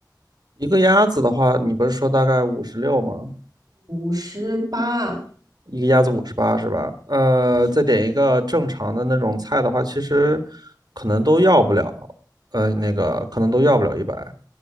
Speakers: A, on the right (about 65°); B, on the right (about 50°).
A: 一个鸭子的话，你不是说大概五十六吗？
B: 五十八，
A: 一个鸭子五十八是吧？呃，再点一个正常的那种菜的话，其实可能都要不了，呃，那个可能都要不了一百。